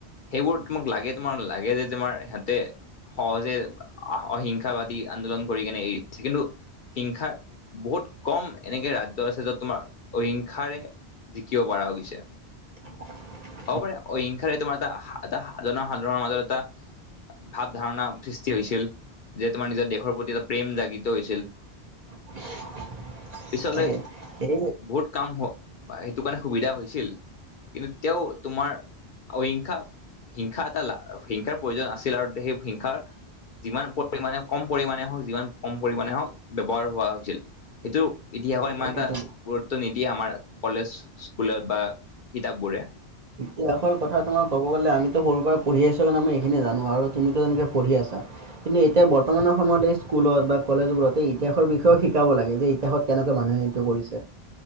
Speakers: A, on the left; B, on the right.
A: সেইবোৰ তোমাক লাগে তোমাৰ লাগে যে তোমাৰ হেঁতে। সহজে অহিংসাবাদী আন্দোলন কৰি কেনে এৰি দিছে কিন্তু। হিংসাৰ বহুত কম এনেকে ৰাজ্য আছে যত তোমাৰ অহিংসাৰে। জিকিঅ বাৰা হৈ গৈছে।
B: । <unintelligible>
A: হ'ব পাৰে অহিংসাৰে তোমাৰ এটা এটা সাধনৰ সাধাণৰ মাজত এটা। ভাৱ ধাৰণা সৃষ্টি হৈছিল। যে তোমাৰ নিজৰ দেহৰ প্ৰতি এটা প্ৰেম জাগিত হৈছিল।
B: <unintelligible>
A: পিছলে
B: তাকে এই
A: বহুত। কাম হ সেইটো কাৰণে সুবিধা হৈছিল কিন্তু তেওঁ তোমাৰ। অহিংসা হিংসা এটালা হিংসাৰ প্ৰয়োজন আছিল আৰু তেৱেই হিংসাৰ। যিমান পৰিমাণে কম পৰিমণে হওক যিমান কম পৰিমণে হওঁক ব্যৱহাৰ হোৱা হৈছিল। ইটো ইতিহাসত ইমান
B: তাকেইটো
A: এটা গুৰুত্ব নিদিয়ে আমাৰ কলেজ। কুলে বা কিতাপবোৰে।
B: ত্যাগৰ কথা তোমাক। ক'ব গ'লে আমিতো সৰুৰ পৰা পঢ়ি আহিছোঁ কাৰণে আমি এইখিনি জানো আৰু তুমিতো তেনেকে পঢ়ি আছা কিন্তু এতিয়া বৰ্তমানত। এটা সময়ত এই স্কুলত বা কলেজবোৰত এই ইতিহাসৰ বিষয়েও শিকাব লাগে যে ইতিহাসত কেনেকৈ মানুহে এইটো কৰিছে।